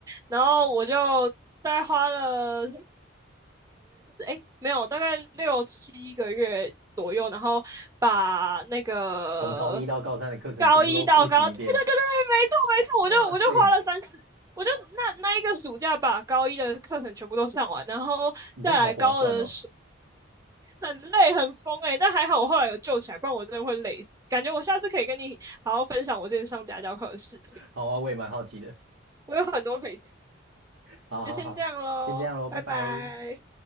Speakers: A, on the right; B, on the right.
A: 然后我就大概花了。哎，没有，大概六七个月左右，然后把那个
B: 从高一到高三的课程全部都复习一遍。
A: 高一到高，对对对对对，没错没错，
B: 哇塞，
A: 我就我就花了三十，我就那那一个暑假把高一的课程全部都上完，然后再来高二的暑，
B: 你这样好划算哦！
A: 很累很疯哎、但还好我后来有救起来，不然我真的会累死。感觉我下次可以跟你好好分享我之前上家教课的事情，
B: 好啊，我也蛮好奇的。
A: 我有很多可以讲，
B: 好好好，
A: 你就先这样喽，
B: 先这样喽，
A: 拜拜。
B: 拜拜。